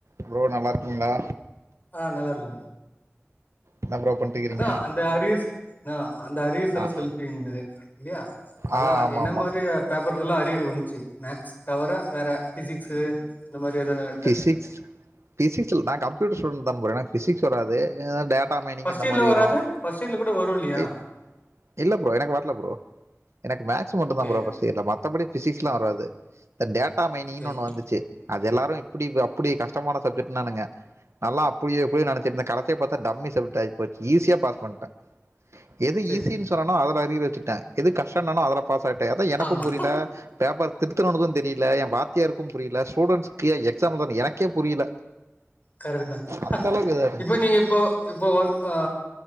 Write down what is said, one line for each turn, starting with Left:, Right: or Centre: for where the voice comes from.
Right: Hello நல்லாருக்கீங்ளா
Left: ஆ நல்லாருக்க
Right: என்ன ப்ரோ பண்ணிட்டுக்கிறீங்க
Left: அதா அந்த அரியர்ஸ் தா அந்த அரியர்ஸல்லா
Right: ஆ
Left: சொல்ட் இந்தது இல்லயா அதா
Right: ஆ ஆமாம்
Left: என்ன மாரி பேப்பர்ஸ் எல்லா அர்யர் வந்து ம்சு மேக்ஸ் தவற வேற பிசிக்ஸு இந்த மாரி எதனா ட
Right: பிசிக்ஸ் பிசிக்ஸ்ல் நா கம்ப்யூட்ரு ஸ்டூ தா போ பிசிக்ஸ் வராது டேப் டாமைனிங்
Left: ஃபர்ஸ்ட்
Right: இந்த
Left: இயர்ல
Right: மாரி
Left: வராது
Right: வரு
Left: ஃபர்ஸ்ட் இயர்ல கூட வரு இல்லையா
Right: இ இல்ல ப்ரோ எனக்கு வரல ப்ரோ எனக் மேக்ஸ் மட்டு
Left: ஓகே
Right: தா ப்ரோ ஃபஸ்ட் மத்தபடி பிசிக்ஸ் லா வராது இந்த டேப் டாமைனிங்
Left: ஓகே
Right: ஒன்னு வந்துச்சு அது எல்லாரு ப்புடி அப்புடி கஷ்ட்டமான சப்ஜெக்ட்டானுங்க நல்லா எப்புடி அப்புடி நெனச்சிருந்தா கடசியா பாத்தா டம்மி சப்ஜெக்ட் ஆயிபோச்சு ஈஸியா பாஸ் வந்ட்ட எது
Left: சரி
Right: ஈசின் சொன்னனோ அத இப்ப அரிர் வச்சிட் எது கஷ்ட்டன்னனோ அதுல பாஸ் ஆய்ட்ட அத எனக்கு
Left: ஆமா
Right: புரிய்ல பேப்பர் திருத்துனவனுக்கு தெரில எ வாத்தியாரு புரிய்ல ஸ்டூடெண்ஸ் ஏ எக் ஸாம்ன்து எனக்கே புரியல
Left: கரெட் தா
Right: அந்த அளவுக்கு இதாக இருந்துச்சு
Left: இப்ப நீங்க இப்போ ஒ இப்போ ஆ